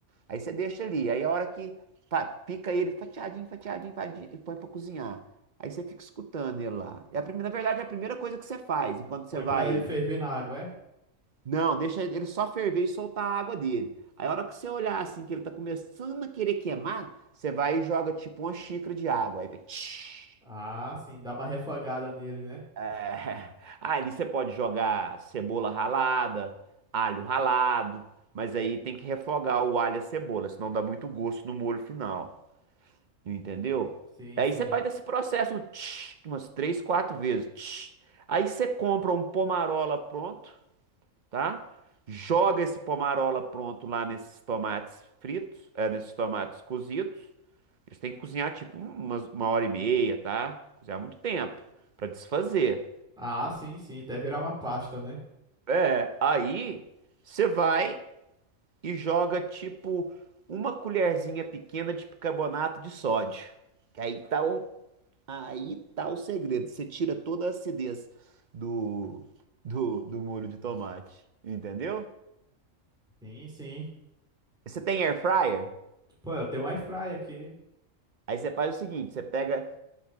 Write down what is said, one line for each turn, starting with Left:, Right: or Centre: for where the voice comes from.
Right: Aí você deixa ali. Aí a hora que pá, pica ele fatiadinho, fatiadinho, fatiadinho e põe para cozinhar. Aí você fica escutando ele lá. É a primeira, na verdade, é a primeira coisa que você faz enquanto você
Centre: Põe
Right: vai.
Centre: pra ele ferver na água, é?
Right: Não, deixa ele só ferver e soltar a água dele. Aí a hora que você olhar assim, que ele tá começando a querer queimar, você vai e joga tipo uma xícara de água. Aí vai. tsh,
Centre: Ah, sim, dá uma refogada nele, né?
Right: É, <laughs> ali você pode jogar cebola ralada, alho ralado, mas aí tem que refogar o alho e a cebola, senão dá muito gosto no molho final, entendeu?
Centre: Sim,
Right: Aí
Centre: sim.
Right: você faz esse processo tch, umas três, quatro vezes. tch. Aí você compra um pomarola pronto, tá? Joga esse pomarola pronto lá nesses tomates fritos, é, nesses tomates cozidos. Eles têm que cozinhar tipo um, umas- uma hora e meia, tá? Cozinhar muito tempo para desfazer.
Centre: Ah, sim, sim, até virar uma pasta, né?
Right: É, aí você vai e joga tipo uma colherzinha pequena de bicarbonato de sódio. Que aí tá o, aí tá o segredo. Você tira toda a acidez do, do, do molho de tomate. Entendeu?
Centre: Sim, sim.
Right: Você tem air fryer?
Centre: Pô, eu tenho um air fry aqui. <laughs>
Right: Aí você faz o seguinte: você pega,